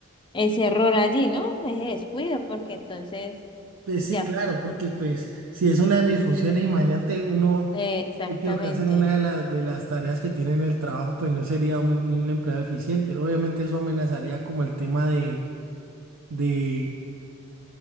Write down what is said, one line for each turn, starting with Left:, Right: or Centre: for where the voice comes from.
Left: ese error allí, ¿no? Ese descuido, porque entonces,
Right: Eh, Sí,
Left: ya,
Right: claro, porque pues si es una de mis funciones, imagínate uno
Left: eh, exactamente.
Right: equivocarse en una de las, de las tareas que tiene en el trabajo, pues no sería un, un empleo eficiente. Obviamente eso amenazaría como el tema de, de